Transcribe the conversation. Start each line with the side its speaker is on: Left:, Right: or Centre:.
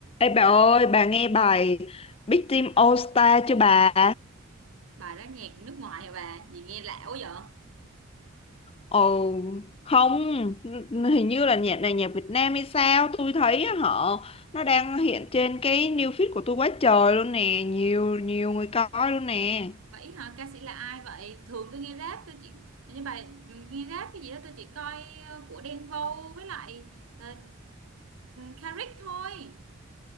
Left: Ê bà ơi, bà nghe bài Big Team All Star chưa bà?
Right: Bài đó nhạc nước ngoài hả bà? Gì nghe lạ quá vậy?
Left: Ồ, không, n- hình như là nhạc này nhạc Việt Nam hay sao? Tôi thấy á, họ nó đang hiện trên cái new feed của tôi quá trời luôn nè, nhiều nhiều người coi luôn nè.
Right: Vậy hả? Ca sĩ là ai vậy? Thường tôi nghe rap tôi chỉ như bài nghe rap cái gì đó tôi chỉ coi ờ, của Đen Vâu với lại uh, Caric thôi.